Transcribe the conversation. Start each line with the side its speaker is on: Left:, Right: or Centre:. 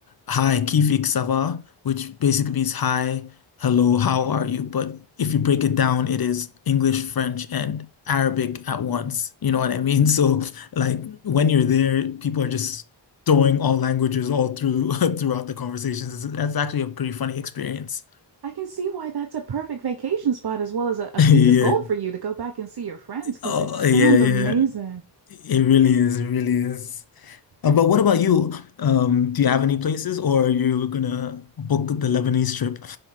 Left: "Hi, kifik sava," which basically means "Hi, hello, how are you?" But if you break it down, it is English, French, and Arabic at once. You know what I mean? <laughs> So like when you're there, people are just throwing all languages all through <laughs> throughout the conversations. It's- That's actually a pretty funny experience. <laughs>
Right: I can see why that's a perfect vacation spot as well as a, a future
Left: Yeah.
Right: goal for you to go back and see your friends because
Left: Oh,
Right: it sounds
Left: yeah, yeah.
Right: amazing.
Left: It really is. It really is. Uh,
Right: But
Left: but what about you? Um, do you have any places or are you gonna book the Lebanese trip?